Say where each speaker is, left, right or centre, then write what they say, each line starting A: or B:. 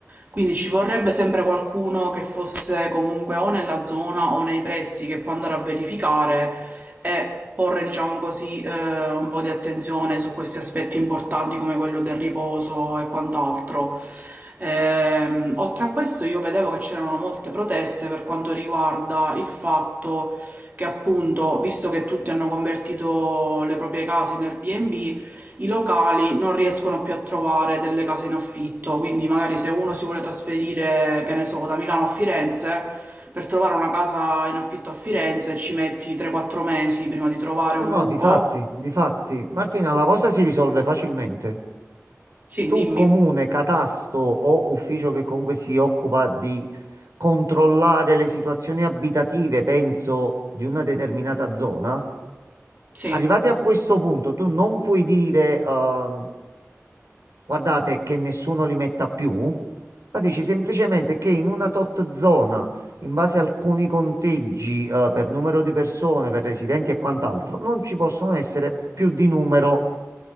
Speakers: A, on the right; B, on the right.
A: Quindi ci vorrebbe sempre qualcuno che fosse comunque o nella zona o nei pressi che può andare a verificare e porre, diciamo così, eh, un po' di attenzione su questi aspetti importanti come quello del riposo e quant'altro. Ehm, oltre a questo, io vedevo che c'erano molte proteste per quanto riguarda il fatto che, appunto, visto che tutti hanno convertito le proprie case in Airbnb, i locali non riescono più a trovare delle case in affitto, quindi magari se uno si vuole trasferire, che ne so, da Milano a Firenze, per trovare una casa in affitto a Firenze ci metti 3-4 mesi prima di trovare
B: No,
A: un
B: no,
A: buco.
B: difatti, difatti. Martina, la cosa si risolve facilmente.
A: Sì,
B: Tu,
A: dimmi.
B: comune, catasto o ufficio che comunque si occupa di controllare le situazioni abitative, penso, di una determinata zona,
A: Sì.
B: Arrivati a questo punto, tu non puoi dire, ehm, guardate che nessuno li metta più, ma dici semplicemente che in una tot zona, in base a alcuni conteggi, eh, per numero di persone, per residenti e quant'altro, non ci possono essere più di numero